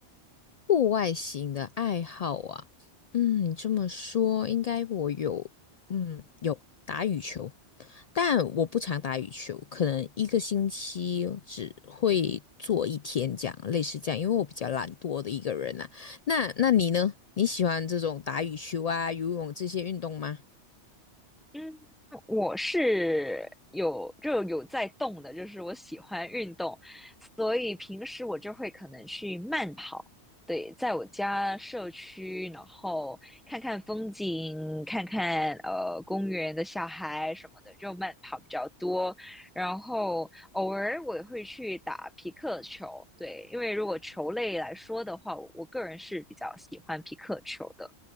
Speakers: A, on the left (about 70°); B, in the centre.
A: 户外型的爱好啊，嗯，你这么说应该我有，嗯，有打羽球，但我不常打羽球，可能一个星期只会做一天这样，类似这样，因为我比较懒惰的一个人啊。那那你呢？你喜欢这种打羽球啊、游泳这些运动吗？
B: 嗯，我是有就有在动的，就是我喜欢运动，所以平时我就会可能去慢跑，对，在我家社区，然后看看风景，看看呃公园的小孩什么的，就慢跑比较多。然后偶尔我也会去打皮克球，对，因为如果球类来说的话，我我个人是比较喜欢皮克球的。